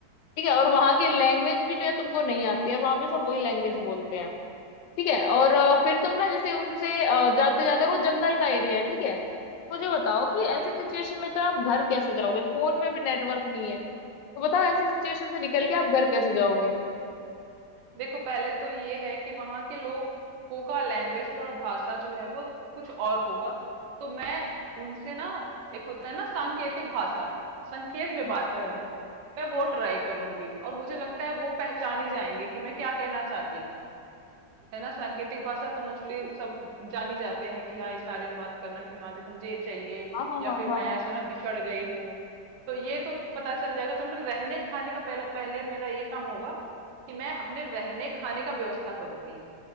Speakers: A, on the left; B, on the right.
A: ठीक है और वहां की लैंग्वेज भी जो है तुमको नहीं आती है वहां पे सब वही लैंग्वेज
B: नहीं आती
A: बोलते
B: है
A: हैं ठीक है और अ, फिर
B: हाँ
A: तुम ना जैसे उनसे जाते जाते वो जंगल का एरिया है ठीक है तो मुझे बताओ
B: ठीक
A: कि ऐसे
B: है
A: सिचुएशन में तो आप घर कैसे जाओगे फोन में भी नेटवर्क नहीं है तो बताओ ऐसी सिचुएशन से निकल के आप घर कैसे जाओगे
B: देखो पहले तो ये है कि वहां के लोगों का लैंग्वेज थोड़ा भाषा जो है वो कुछ और होगा तो मैं उनसे ना एक होता है ना सांकेतिक भाषा संकेत में
A: हम्म,
B: बात करना मैं वो ट्राई करूंगी और मुझे लगता है वो पहचान ही जाएंगे कि मैं क्या कहना चाहती हूँ है ना सांकेतिक भाषा तो मोस्टली सब जानी जाते हैं कि हाँ इशारे में बात करना कि हाँ देखो मुझे ये चाहिए
A: हाँ हाँ
B: या
A: हाँ
B: फिर
A: हाँ
B: मैं ऐसे ना बिछड़ गई हूँ तो ये तो पता चल जाएगा तो मेरे रहने खाने का पहला पहले मेरा ये काम होगा कि मैं अपने रहने खाने का व्यवस्था करूंगी